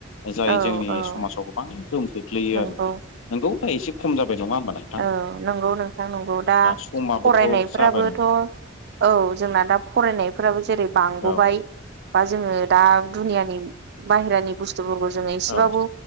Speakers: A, on the left; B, on the right.
A: जाय
B: औ
A: जोंनि
B: औ
A: समाजाव गोबां गोहोम खोख्लैयो
B: नंगौ
A: आरो। नोंगौ दा एसे खम जाबाय। नङा होमबा नों
B: औ नंगौ नोंथां नंगौ। दा
A: समाबोथ'
B: फरायनायफोराबोथ'
A: जाबायनो
B: औ जोंना दा फरायनायफोराबो जेरै बांबोबाय
A: औ
B: बा जोङो दा दुनियानि बाहेरानि बुस्थुफोरखौ जोङो एसेबाबो
A: औ